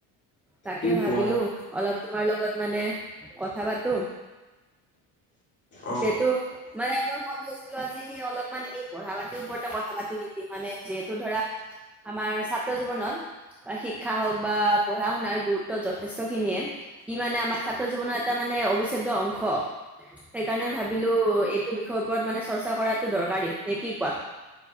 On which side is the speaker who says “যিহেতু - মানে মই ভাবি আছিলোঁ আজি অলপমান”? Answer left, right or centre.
Centre